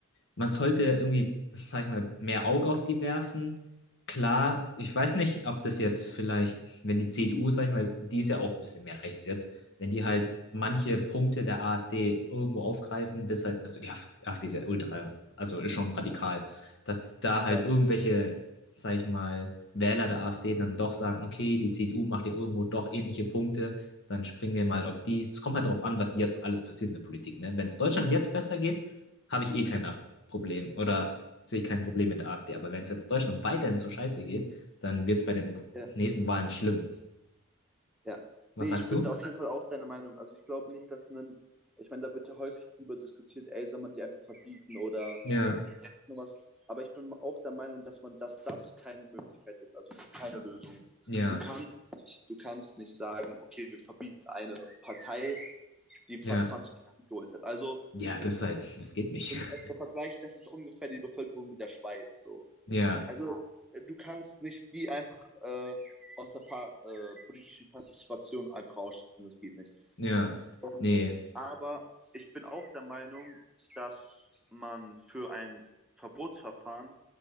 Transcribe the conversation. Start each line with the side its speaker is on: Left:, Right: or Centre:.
Left: Man sollte irgendwie, sag ich mal, mehr Auge auf die werfen. Klar, ich weiß nicht, ob das jetzt vielleicht, wenn die CDU, sag ich mal, die ist ja auch ein bisschen mehr rechts jetzt, wenn die halt manche Punkte der AfD irgendwo aufgreifen, das halt, also die AfD ist ja ultra, also ist schon radikal, dass da halt
Centre: ja,
Left: irgendwelche, sag ich mal, Wähler der AfD dann doch sagen, okay, die CDU macht ja irgendwo doch ähnliche Punkte, dann springen wir mal auf die. Es kommt halt darauf an, was jetzt alles passiert in der Politik, ne? Wenn es Deutschland jetzt besser geht, habe ich eh keine Problem oder sehe ich kein Problem mit der AfD. Aber wenn es jetzt Deutschland weiterhin so scheiße geht, dann wird es bei den
Centre: ja.
Left: nächsten Wahlen schlimm.
Centre: Ja.
Left: Was
Centre: Nee,
Left: sagst
Centre: ich bin
Left: du?
Centre: da auf jeden Fall auch deiner Meinung. Also ich glaube nicht, dass ein, ich meine, da wird ja häufig drüber diskutiert, ey, soll man die einfach verbieten oder
Left: Ja,
Centre: Ja. nur was. Aber ich bin auch der Meinung, dass man, dass das keine Möglichkeit ist, also keine Lösung.
Left: ja,
Centre: Du kannst, du kannst nicht sagen, okay, wir verbieten eine Partei, die fast
Left: ja,
Centre: 20 Prozent geholt hat. Also
Left: ja,
Centre: das
Left: das ist halt, das geht nicht.
Centre: im
Left: <laughs>
Centre: Ver- im Vergleich, das ist ungefähr die Bevölkerung der Schweiz. So.
Left: Ja,
Centre: Also äh, du kannst nicht die einfach äh, aus der pa äh, politischen Partizipation einfach ausschließen, das geht nicht.
Left: ja,
Centre: Ähm,
Left: nee,
Centre: aber ich bin auch der Meinung, dass man für ein Verbotsverfahren